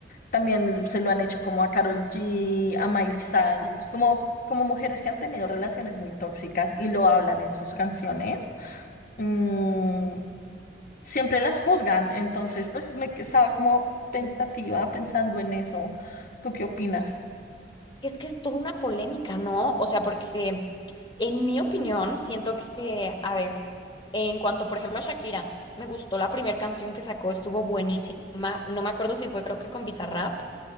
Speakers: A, on the left (about 50°); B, on the left (about 25°).
A: también se lo han hecho como a Karol G, a Miley Cyrus,
B: Ajá,
A: como, como mujeres que han tenido relaciones muy tóxicas y lo hablan en sus canciones. Mm, siempre las juzgan, entonces pues me estaba como pensativa,
B: sí.
A: pensando en eso. ¿Tú qué opinas?
B: Es que es toda una polémica, ¿no? O sea, porque en mi opinión siento que, a ver, en cuanto, por ejemplo, a Shakira, me gustó la primera canción que sacó, estuvo buenísima. No me acuerdo si fue, creo que con Bizarrap.